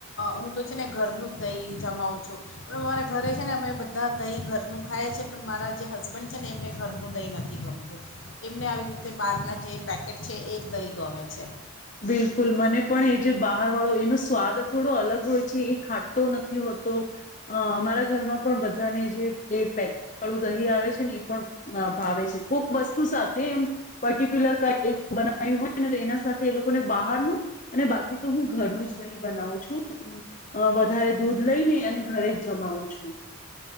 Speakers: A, on the left (about 65°); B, on the left (about 35°).
A: હું તો છે ને ઘરનું જ દહીં જમાવું છું પણ અમારા ઘરે છે ને અમે બધા દહીં ઘરનું ખાઈએ છીએ પણ મારા જે હસબન્ડ છે ને એમને ઘરનું દહીં નથી ગમવું એમને આવી રીતે બહારના જે પેકેટ છે એ જ દહીં ગમે છે
B: બિલકુલ મને પણ એ જે બહાર વાળો એનો સ્વાદ થોડો અલગ હોય છે એ ખાટો નથી હોતો હ અમારા ઘરમાં પણ બધાને જે કળું દહીં આવે છે ને એ પણ ભાવે છે કોઈક વસ્તુ સાથે એમ પર્ટિક્યુલર ક એવ બનાવ્યું હોયને તો એના એ લોકોને બહારનું અને બાકી તો હું ઘરનું જ દહી બનાવું છું અ વધારે દૂધ લઈ ને અને ઘરે જ જમાવું છું